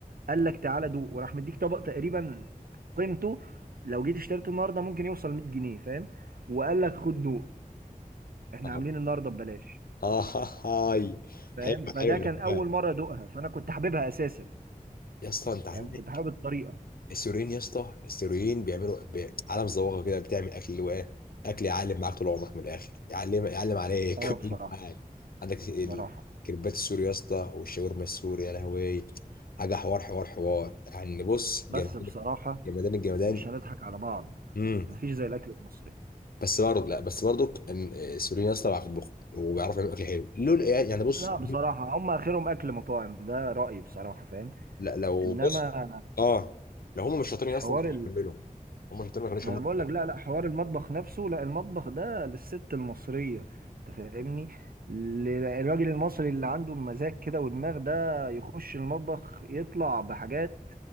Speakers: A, on the right; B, on the left.
A: قال لك تعالى دوق وراح مديك طبق تقريبا قيمته لو جيت اشتريته النهاردة ممكن يوصل 100 جنيه فاهم وقال لك خد دوق احنا
B: آه.
A: عاملين النهارده ببلاش
B: اه هاي
A: فاهم
B: حلو
A: اوكي فده
B: حلو
A: كان
B: تمام
A: اول مره ادوقها فانا كنت حاببها اساسا
B: يا اسطى انت عندك
A: فاهم كنت حابب الطريقه
B: السوريين يا اسطى السوريين بيعملوا بي... عالم زواغه كده بتعمل اكل اللي هو ايه اكل يعلم معاك طول عمرك من الاخر يعلم يعلم عليك
A: اه
B: <laughs> يعلم
A: بصراحه
B: معاك عندك ال-
A: بصراحه
B: الكريبات السوري يا اسطى والشاورما السوري يا لهوي حاجه حوار حوار حوار يعني بص
A: بس
B: جمدان
A: بصراحه
B: جمدان الجمدان
A: مش هنضحك على بعض
B: امم
A: مفيش زي الاكل المصري
B: بس برضه لا بس برضه ان آه، السوريين يا اسطى بيعرفوا يطبخوا وبيعرفوا يعملوا اكل حلو لول يعني يعني بص
A: لا بصراحه هم اخرهم اكل مطاعم ده رايي بصراحه فاهم
B: لا لو
A: انما
B: بص اه لو هم مش شاطرين اصلا
A: حوار
B: ما كانوش كملوا هم شاطرين ما كانوش
A: ما
B: كملوا
A: انا بقول لك لا لا حوار المطبخ نفسه لا المطبخ ده للست المصريه انت فاهمني ل- الراجل المصري اللي عنده مزاج كده ودماغ ده يخش المطبخ يطلع بحاجات